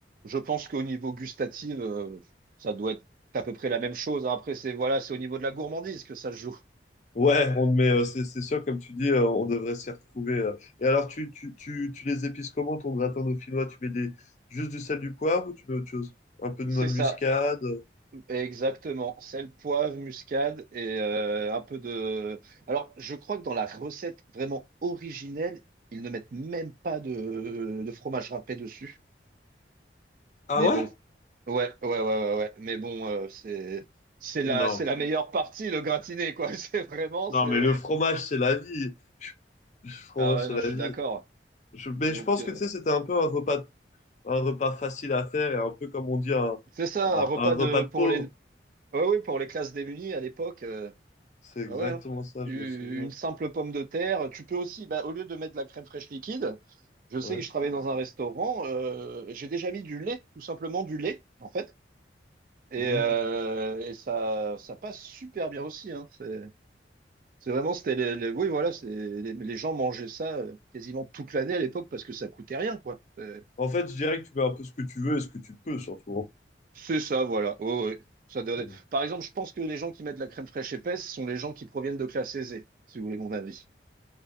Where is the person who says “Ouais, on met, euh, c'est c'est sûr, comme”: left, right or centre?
Left